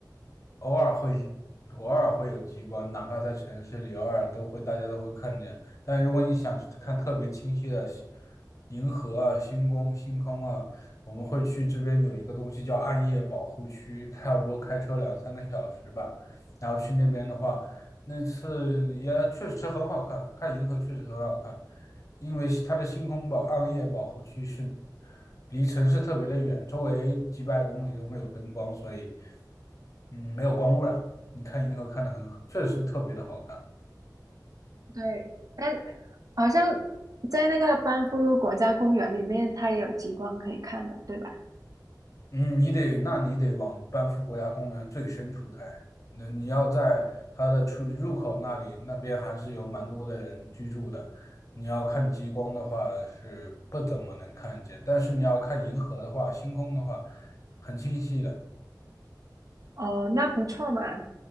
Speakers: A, on the left; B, on the right.
A: 偶尔会偶尔会有极光，哪怕在城市里，偶尔都会大家都会看见。但如果你想去看特别清晰的星银河啊、星空、星空啊，我们会去这边有一个东西叫暗夜保护区，差不多开车两三个小时吧。然后去那边的话，那次也确实很好看，看银河确实很好看，因为它的星空保暗夜保护区是离城市特别的远，周围几百公里都没有灯光，所以嗯没有光污染嘛。你看银河看的很，确实特别的好看。
B: 对，但好像在那个班夫国家公园里面，它也有极光可以看的，对吧？
A: 嗯，你得，那你得往班夫国家公园最深处开。那你要在它的出入口那里，那边还是有蛮多的人居住的。你要看极光的话是不怎么能看见，但是你要看银河的话，星空的话很清晰的。
B: 哦，那不错嘛，